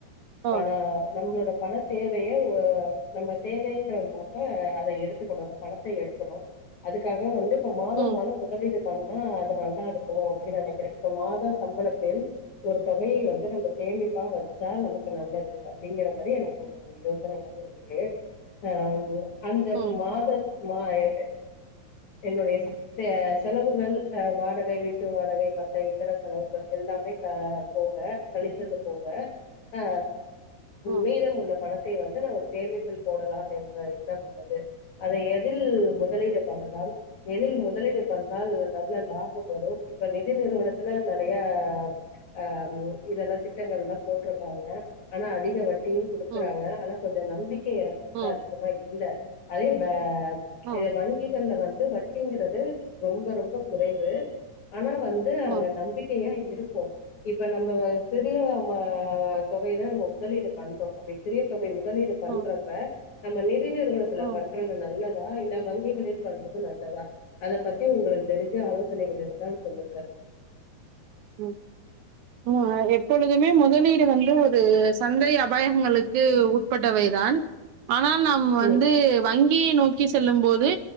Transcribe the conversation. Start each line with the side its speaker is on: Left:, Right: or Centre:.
Right: ம்
Left: பணோ நம்ளோட பணத் தேவைய ஒ அம் நம்ம தேவைங்கிற ஓ அப்ப அத எடுத்துக்கணு அந்த பணத்த எடுக்கணும் அதுக்காக வந்து இப்ப மாதம்
Right: ம்
Left: மாதம் முதலீடு பண்ணா அது நல்லா இருக்கு அப்டின் நெனைக்கிறே இப்ப மாதோ சம்பளத்தில் ஒரு தொகையை வந்து நம்ப சேமிப்பா வச்சா நமக்கு நல்லது அப்டிங்கிற மாரி எனக்கு ஒரு அ யோசனையாவே இருக்கு அ அந்த
Right: ம்
Left: மாதத் மாயம் என்னுடையச செ செலவுகள் அ வாடகை வீட்டு வாடகை மத்த எந்திர செலவுகள் எல்லாமே க போக கழிச்சது போக ஆ
Right: ம்
Left: மீதம் உள்ள பணத் தை வந்து சேமிப்பில் போடலாம் என்ற எண்ணம் உள்ளது அதை எதில் முதலீடு பண்ற லாம் எதில் முதலீடு பண்ணால் நல்ல லாபம் வரும் இப்ப நிதி நிறுவனத்துல நெறையா ஆ இதெல்லா திட்டங்கள்லா போட்ருக்காங்க ஆனா அதிக வட்டியும் குடுக்குறாங்க
Right: ம்
Left: ஆனா கொஞ்ச நம்பிக்கை எனக்கு வந்து
Right: ம்
Left: அதிகமா இல்ல அதே பே
Right: ம்
Left: வங்கிகள்ல வந்து வட்டிங்கிறது ரொம்ப ரொம்ப குறைவு ஆனா வந் து அங்க
Right: ம்
Left: நம்பிக்கையா இருக்கு இப்ப நம்ம வந்து பிரிய மா தொகை தா நம்ம முதலீடு பண்றோ அப்டி சிறிய தொகை முதலீடு பண்றப்ப
Right: ம்
Left: நம்ம நிதி நிறுவனத்தில
Right: ம்
Left: பண்றது நல்லதா இல்ல வங்கிகளில் பண்றது நல்லதா அத பத்தி உங்களுக்கு தெரிஞ்ச ஆலோசனைகள் இருந்தால் சொல்லுங்க
Right: ம் ம் எ எப்பொழுதுமே முதலீடு வந்து ஒரு சந்தை அபாயகங்களுக்கு உட்பட்டவைதான் ஆனால் நம் வந்து
Left: ம்
Right: வங்கியை நோக்கி செல்லும் போது